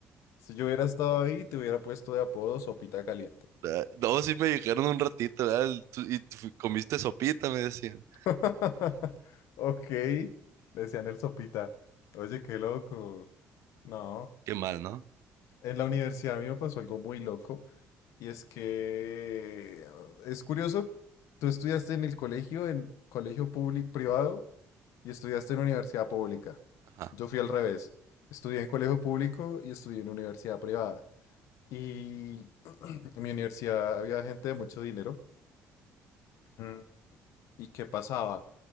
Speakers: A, on the left; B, on the right.
A: si yo hubiera estado ahí, te hubiera puesto de apodo Sopita Caliente.
B: Ah, No, sí me dijeron un ratito, "Ah, el- tú- Y tú fu- comiste sopita, me decían.
A: <laughs> Ok, le decían el Sopita. Oye, qué loco. No,
B: Qué mal, ¿no?
A: en la universidad a mí me pasó algo muy loco y es que es curioso, tú estudiaste en el colegio, en colegio público privado y estudiaste en universidad pública.
B: Ajá.
A: Yo fui al revés. Estudié en colegio público y estudié en universidad privada. Y <clears throat> en mi universidad había gente de mucho dinero. Mm. ¿Y qué pasaba?